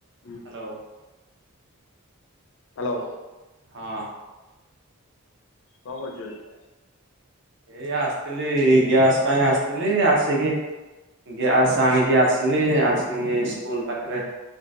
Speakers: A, on the left (about 65°); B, on the right (about 60°).
A: ହୁଁ
B: hello.
A: Hello.
B: ହଁ।
A: କଣ କରୁଛୁ?
B: ଏଇ ଆସିଥିଲି ଗ୍ୟାସ ପାଇଁ ଆସିଥିଲି ଆସିକି ଗ୍ୟାସ ଆଣିକି ଆସିଲି ଆସିକି ଏଇ ସ୍କୁଲ ପାଖରେ